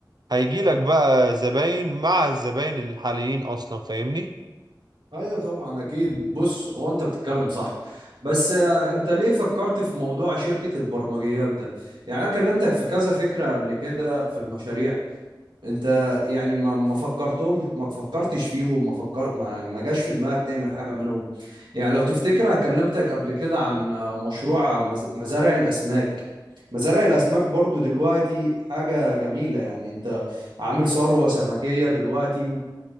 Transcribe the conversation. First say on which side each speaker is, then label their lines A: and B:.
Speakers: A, on the right; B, on the right.
A: هيجي لك بقى زباين مع الزباين الحاليين اصلا فاهمني
B: ايوه طبعا اكيد بص هو انت بتتكلم صح بس آه، انت ليه فكرت في موضوع شركة البرمجيات ده يعني انا كلمتك في كذا فكرة قبل كده في المشاريع انت يعني ما ما فكرتهمش ما فكرتش فيهم ما فكر ما, ما جاش في دماغك تعمل حاجة منهم يعني لو تفتكر انا كلمتك قبل كده عن آه، مشروع مز- مزارع الاسماك مزارع الاسماك برضو دلوقتي حاجة جميلة يعني انت عامل ثروة سمكية دلوقتي